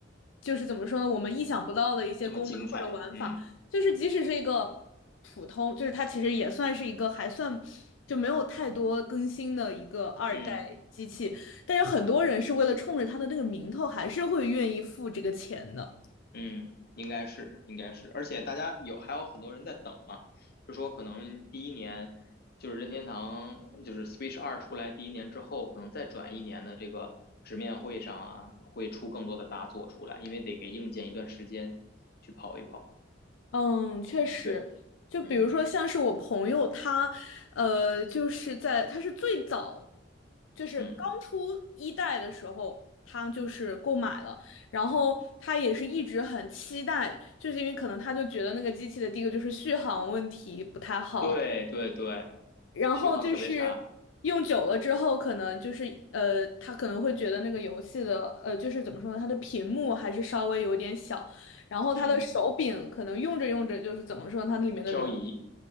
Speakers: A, on the left; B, on the left.
A: 就是怎么说呢，我们意想不到的一些功能或者玩法，
B: 那么精彩，嗯
A: 就是即使是一个普通，就是它其实也算是一个还算就没有太多更新的一个二代机器，
B: 嗯。
A: 但是很多人是为了冲着它的那个名头，还是会愿意付这个钱的。
B: 嗯，应该是，应该是，而且大家有还有很多人在等嘛，就说可能第一年就是任天堂就是 Switch 二出来第一年之后，可能再转一年的这个直面会上啊，会出更多的大作出来，因为得给硬件一段时间去跑一跑。
A: 嗯，确实，
B: 对，
A: 就比如说像是我朋友他，
B: 嗯
A: 呃，就是在他是最早，就是刚出一代的时候，
B: 嗯，
A: 他就是购买了，然后他也是一直很期待，就是因为可能他就觉得那个机器的第一个就是续航问题不太好，
B: 对对对，
A: 然后就是用久了之后，
B: 续航特别差，
A: 可能就是呃，他可能会觉得那个游戏的呃，就是怎么说呢，它的屏幕还是稍微有点小，然后它的手柄可能用着用着就是怎么说呢，
B: 嗯，
A: 它里面的逻，
B: 漂移，